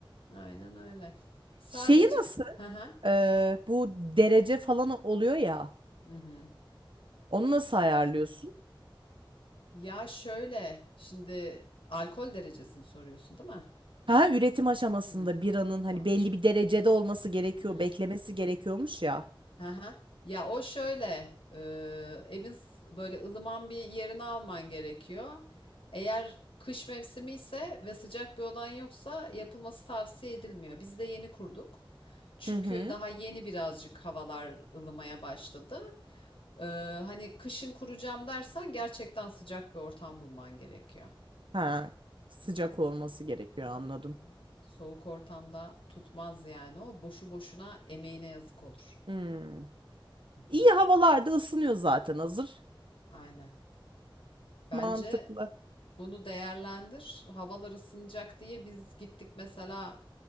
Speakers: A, on the left; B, on the right.
A: Aynen öyle. Sadece
B: Şeyi nasıl?
A: hı hı.
B: Ee,
A: Sor.
B: bu derece falan oluyor ya.
A: Hı hı.
B: Onu nasıl ayarlıyorsun?
A: Ya şöyle şimdi alkol derecesini soruyorsun değil mi?
B: Ha, üretim aşamasında
A: Hı,
B: biranın hani
A: tamam.
B: belli bir derecede olması gerekiyor,
A: Hı.
B: beklemesi gerekiyormuş ya.
A: Hı hı. Ya o şöyle, e, evin s- böyle ılıman bir yerini alman gerekiyor. Eğer kış mevsimi ise ve sıcak bir odan yoksa yapılması tavsiye edilmiyor. Biz de yeni kurduk. Çünkü
B: Hı hı.
A: daha yeni birazcık havalar ılımaya başladı. E, hani kışın kuracağım dersen gerçekten sıcak bir ortam bulman gerekiyor.
B: Ha,
A: Hani
B: sıcak
A: tabii.
B: olması gerekiyor anladım.
A: Hı hı. Soğuk ortamda tutmaz yani o. Boşu boşuna emeğine yazık olur.
B: Hmm.
A: Hı
B: İyi
A: hı.
B: havalarda ısınıyor zaten hazır.
A: Aynen. Bence
B: Mantıklı.
A: bunu değerlendir. Havalar ısınacak diye biz gittik mesela